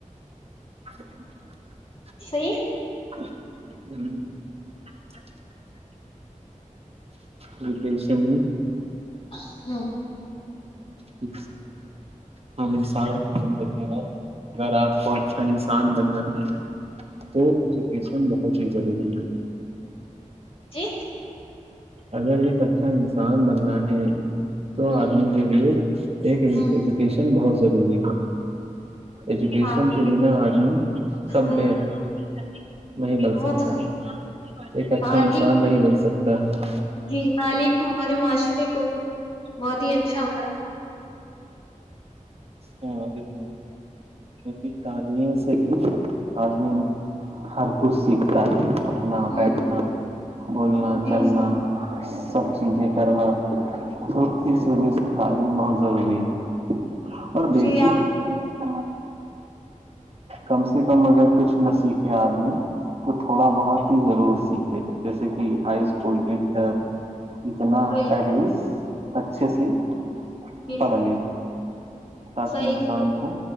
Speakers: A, on the right (about 50°); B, on the left (about 45°).
A: <inaudible>
B: صیح
A: ہ <inaudible> وکش میں
B: <inaudible>
A: جی ہر انسان کی زندگی میں اگر آپ کو اچھا انسان بننااہ تو ایجوکیشن بہت ہی ضروری ہے
B: جی
A: اگر ایک اچھا انسان بننا ہے تو
B: ہوں
A: آدمی کے لیے ایک ایجوکیشن
B: ہوں
A: بہت ضروری ہے ایجوکیشن
B: ہاں
A: کے بنا عدمی سب
B: ہوں
A: ہے اچ نہیں بن
B: وہ
A: سکتا
B: تو
A: ہے ایک اچھا
B: تعلیم
A: انسان نہیں بن سکتا ہاں ہاں
B: جی تعلیم ہمارے معاشرے کو بہت ہی اچھا بنا تھا
A: ہاں بالکل کیک تلیم سے آدمی ہر کچھ سیکھتا ہے اھنا
B: ہوں
A: بیٹھنا بولنا
B: جی
A: چلنا سب چیزیں کرنا تو اس وجہ سے تعلیم بہت ضروری ہے اور بیسک
B: جی آپ
A: کم سے کم اگر کچھ نہ سیکھے آدمی تو تھوڑا بہت ہی ضرور سیکھے جیسے کہ ہائی اسکول انٹر اتنا
B: صحیح
A: پیرس اچھا سے
B: جی
A: پارلی تاکہ
B: صحیح
A: انسان کو